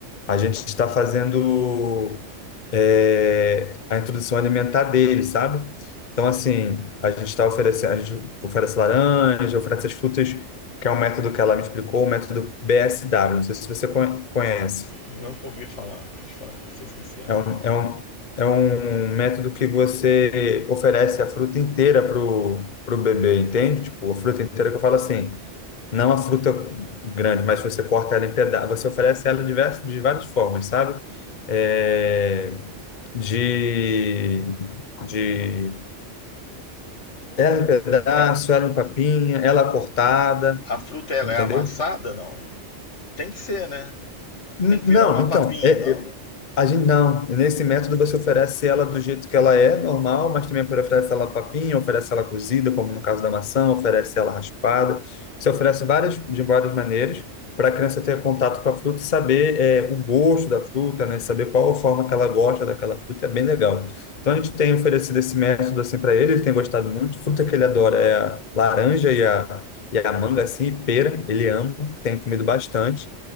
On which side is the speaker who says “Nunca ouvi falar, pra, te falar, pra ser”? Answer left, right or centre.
Left